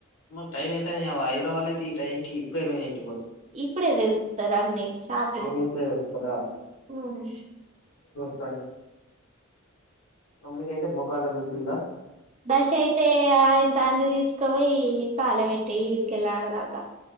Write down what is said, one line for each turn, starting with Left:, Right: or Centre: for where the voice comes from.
Left: మరి టైం ఎంత అయింది వహైదరాబాద్ అయితే ఈ టైంకి ఇప్పుడేమంటి
Right: ఇప్పుడే తెలుస్తారు అన్ని షాపులు
Left: వాళ్ళు ఇప్పుడే పోతారా
Right: హ్మ్
Left: ర్లే మమ్మీకైతే మొకళ్ళ గుర్చిుందా
Right: దశ అయితే ఆయన దాన్ని తీసుకోయి కాలవెట్ట ఇడికెల్లి ఆ